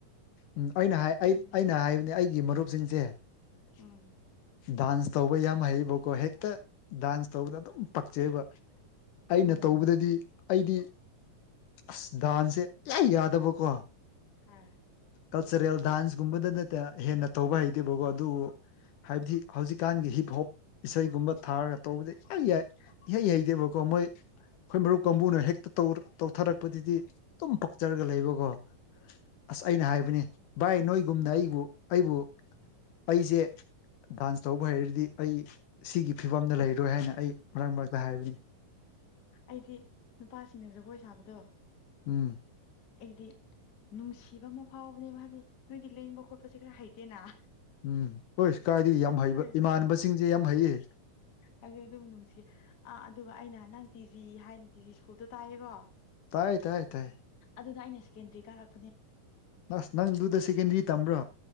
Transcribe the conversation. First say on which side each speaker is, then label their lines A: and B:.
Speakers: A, on the left; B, on the left.
A: ꯎꯝ ꯑꯩꯅ ꯍꯥꯏ
B: ꯎꯝ
A: ꯑꯩ ꯑꯩꯅ ꯍꯥꯏꯕꯅꯦ ꯑꯩꯒꯤ ꯃꯔꯨꯞꯁꯤꯡꯖꯦ <unintelligible>
B: ꯎꯝ
A: <inaudible> ꯗꯥꯟꯁ ꯇꯧꯕ ꯌꯥꯝ ꯍꯩꯌꯦꯕꯀꯣ ꯍꯦꯛꯇ ꯗꯥꯟꯁ ꯇꯧꯕꯗ ꯑꯗꯨꯝ ꯄꯛꯆꯩꯕ ꯑꯩꯅ
B: ꯎꯝ
A: ꯇꯧꯕꯗꯗꯤ ꯑꯩꯗꯤ ꯑꯁ ꯗꯥꯟꯁꯁꯦ ꯏꯌꯥ ꯌꯥꯗꯕꯀꯣ
B: ꯍꯥ
A: ꯀꯜꯆꯔꯦꯜ ꯗꯥꯟꯁꯀꯨꯝꯕꯗ ꯅꯠꯇ ꯍꯦꯟꯅ ꯇꯧꯕ ꯍꯩꯇꯦꯕꯀꯣ ꯑꯗꯨꯕꯨ ꯍꯥꯏꯕꯗꯤ ꯍꯧꯖꯤꯛꯀꯥꯟꯒꯤ ꯍꯤꯞ ꯍꯣꯞ ꯏꯁꯩꯒꯨꯝꯕ ꯊꯥꯔꯒ ꯇꯧꯕꯗ ꯌꯥꯏ ꯌꯥꯏ ꯏꯍꯩ ꯍꯩꯇꯦꯕꯀꯣ ꯃꯣꯏ ꯈꯣꯏ ꯃꯔꯨꯞ ꯀꯥꯡꯕꯨꯅ ꯍꯦꯛꯇ ꯇꯧꯔ ꯇꯧꯊꯔꯛꯄꯗꯗꯤ ꯗꯨꯝ ꯄꯛꯆꯔꯒ ꯂꯩꯕꯀꯣ ꯑꯁ ꯑꯩꯅ ꯍꯥꯏꯕꯅꯤ ꯚꯥꯏ ꯅꯣꯏꯒꯨꯝꯅ ꯑꯩꯕꯨ ꯑꯩꯕꯨ ꯑꯩꯁꯦ ꯗꯥꯟꯁ ꯇꯧꯕ ꯍꯩꯔꯗꯤ ꯑꯩ ꯁꯤꯒꯤ ꯐꯤꯕꯝꯗ ꯂꯩꯔꯣꯏ ꯍꯥꯏꯅ ꯑꯩ ꯃꯔꯛ ꯃꯔꯛꯇ ꯍꯥꯏꯕꯅꯤ
B: ꯑꯩꯗꯤ ꯅꯨꯄꯥꯁꯤꯡꯅ ꯖꯒꯣꯏ ꯁꯥꯕꯗꯣ
A: ꯎꯝ
B: ꯑꯩꯗꯤ ꯅꯨꯡꯁꯤꯕ ꯑꯃ ꯐꯥꯎꯕꯅꯦꯕ ꯍꯥꯏꯗꯤ ꯅꯣꯏꯗꯤ ꯂꯦꯡꯕ ꯈꯣꯠꯄꯁꯦ ꯈꯔ ꯍꯩꯇꯦꯅ
A: ꯎꯝ ꯍꯣꯏ ꯀꯥꯏꯗꯒꯤ ꯌꯥꯝ ꯍꯩꯕ
B: ꯍꯣꯏ
A: ꯏꯃꯥꯅꯕꯁꯤꯡꯖꯦ ꯌꯥꯝ ꯍꯩꯌꯦ
B: ꯅꯪꯖꯨ ꯑꯗꯨꯝ ꯅꯨꯡꯁꯤꯌꯦ ꯑꯥ ꯑꯗꯨꯒ ꯑꯩꯅ ꯅꯪ ꯇꯤ ꯖꯤ ꯍꯥꯏꯟ ꯇꯤꯖꯤ ꯁ꯭ꯀꯨꯜꯗꯣ ꯇꯥꯏꯌꯦꯀꯣ
A: ꯇꯥꯏ ꯇꯥꯏ ꯇꯥꯏ
B: ꯑꯗꯨꯗ ꯑꯩꯅ ꯁꯤꯀꯦꯟꯗ꯭ꯔꯤ ꯀꯥꯔꯛ
A: ꯑꯁ ꯅꯪ ꯗꯨꯗ ꯁꯦꯀꯦꯟꯗ꯭ꯔꯤ ꯇꯝꯕ꯭ꯔꯣ